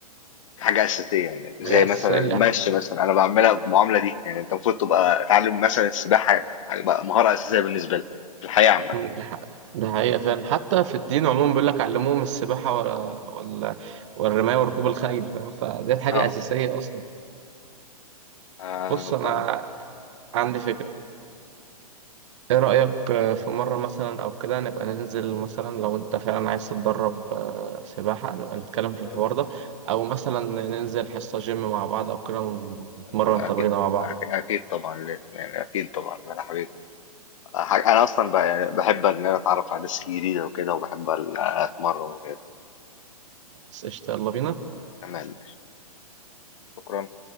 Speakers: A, on the left; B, on the right.
A: كحاجة أساسية يعني زي
B: حاجه اساسيه
A: مثلا المشي مثلا أنا بعملها بالمعاملة دي يعني أنت المفروض تبقى تعلم مثلا السباحة هيبقى مهارة أساسية بالنسبة لك في الحياة عامة
B: مم، ده حق- ده حقيقه فعلا حتى في الدين عموما بيقول لك علموهم السباحه ولا ولا والرمايه وركوب الخيل فاهم فديت حاجه
A: اه
B: اساسيه اصلا
A: آه،
B: بص انا
A: بقى.
B: عندي فكره ايه رأيك آه، في مرة مثلا او كده نبقى ننزل مثلا لو انت فعلا عايز تتدرب آه، سباحة نبقى نتكلم في
A: م.
B: الحوار ده او مثلا ننزل حصة جيم مع بعض او كده ونتمرن
A: أنا
B: تمرينة
A: أكيد
B: مع بعض
A: أكيد طبعا لازم يعني أكيد طبعا أنا حبيبي ح- أنا أصلا بقى يعني بحب إن أنا أتعرف على ناس جديدة وكده وبحب ال- أتمرن وكده
B: بس قشطة يلا بينا
A: تمام شكرا